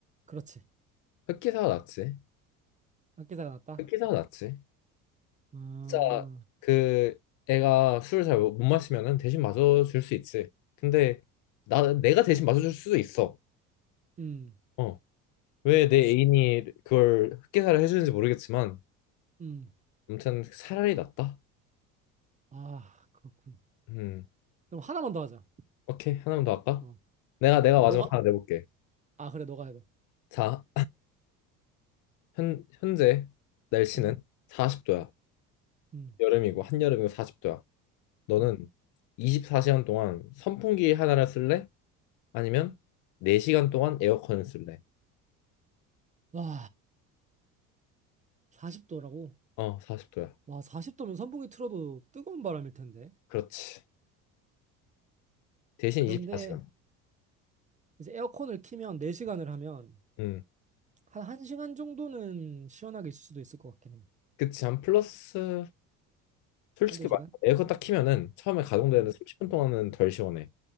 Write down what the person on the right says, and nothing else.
그렇지.
흑기사가 낫다.
음,
음,
음.
아, 그렇군.
그럼 하나만 더 하자.
어,
어,
너가,
아, 그래, 너가 해봐.
음,
음.
음.
와, 40도라고?
와, 40도면 선풍기 틀어도 뜨거운 바람일 텐데.
그런데
이제 에어컨을 키면 4시간을 하면
한 1시간 정도는 시원하게 있을 수도 있을 것 같긴 해.
한두 시간?
음,